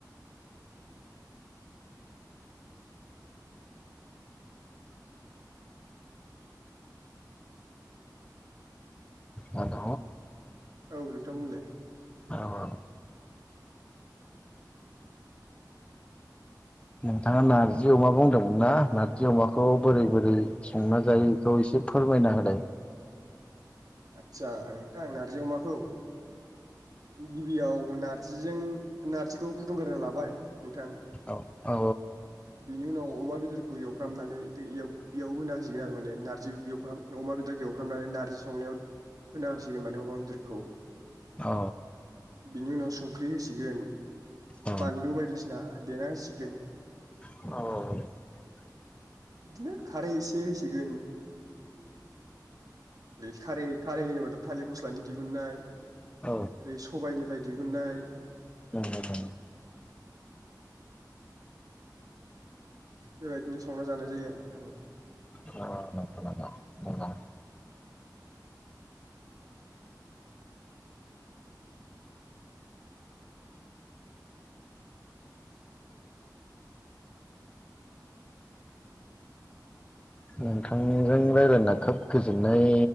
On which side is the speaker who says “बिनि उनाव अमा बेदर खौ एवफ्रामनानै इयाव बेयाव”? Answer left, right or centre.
Right